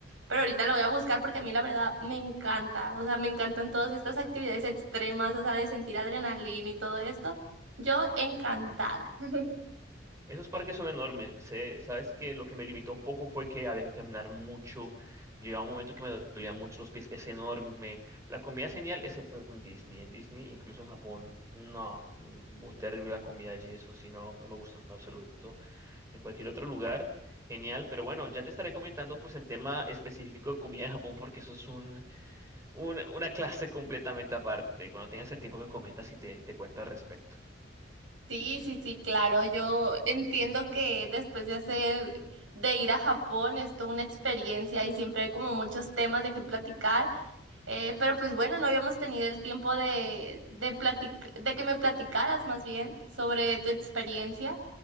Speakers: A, on the right (about 85°); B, on the right (about 15°).
A: pero ahorita lo voy a buscar porque a mí la verdad me encanta, o sea, me encantan todas estas actividades extremas, o sea, de sentir adrenalina y todo esto. Yo encantada. <laughs>
B: Esos parques son enormes, ¿eh? Sabes que lo que me limitó un poco fue que había que caminar mucho. Llegaba un momento que me dolían mucho los pies. Es enorme. La comida es genial, excepto en Disney. En Disney, incluso en Japón, no. mm, Muy terrible la comida allí. Eso sí, no, no me gusta en absoluto. En cualquier otro lugar, genial. Pero bueno, ya te estaré comentando pues en tema específico de comida en Japón, porque eso es un, un- una <laughs> clase completamente aparte. Cuando tengas el tiempo me comentas y te, te cuento al respecto.
A: Sí, sí, sí, claro, yo entiendo que después de hacer, de ir a Japón, es toda una experiencia y siempre hay como muchos temas de qué platicar, eh, pero pues bueno, no habíamos tenido el tiempo de, de platic- de que me platicaras más bien sobre tu experiencia,